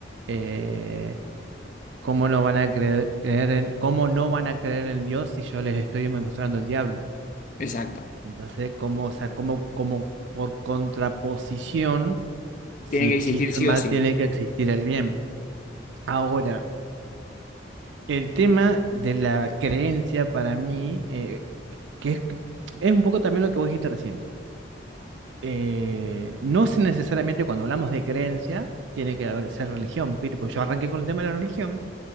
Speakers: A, on the right; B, on the left.
A: eh, ¿cómo no van a creer, creer en, cómo no van a creer en Dios si yo les estoy mostrando el diablo?
B: exacto.
A: Entonces, como, o sea, como, como por contraposición, si
B: Tiene
A: existe
B: que existir sí
A: el mal,
B: o sí.
A: tiene que existir el bien. Ahora, el tema de la creencia para mí eh, que es, es un poco también lo que vos dijiste recién. Eh, no es necesariamente cuando hablamos de creencia, tiene que haber- ser religión, ¿viste? Porque yo arranqué con el tema de la religión,